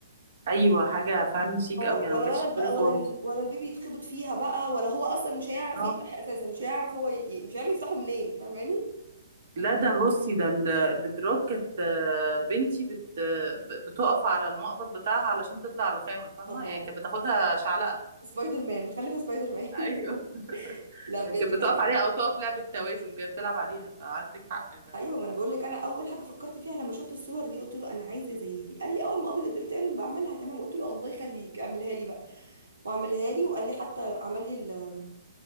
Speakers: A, on the right; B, on the right.
A: ايوه حاجه فعلا شيك
B: اه
A: قوي
B: ولا
A: انا ما جاتش
B: ولد
A: في
B: بقى
A: بالي خالص
B: ولا ال... ولا البيبي يتخبط فيها بقى ولا هو اصلا مش هيعرف
A: اه
B: يفتح اساسا مش هيعرف هو ي... مش عارف يفتحه منين فاهماني
A: لا ده بصي ده ال- الدراب كانت آه، بنتي بت آه، ب- بتقف على المقبض بتاعها علشان تطلع رخامه فاهمه
B: الله
A: يعني كانت بتاخدها شعلقه
B: سبايدر مان مخلفه سبايدر مان
A: ايوه
B: <laughs> لا بجد
A: كانت بتقف
B: كان عجب.
A: عليها او تقف لعبه توازن كانت بتلعب عليها فعندك حق ده
B: ايوه ما انا بقول لك انا اول حاجه فكرت فيها لما شفت الصور دي قلت له انا عايزه زي دي قال لي اول ما قابض البلتان بعملها تمام قلت له الله يخليك اعملها لي بقى وعملها لي وقال لي حتى عمل لي ال-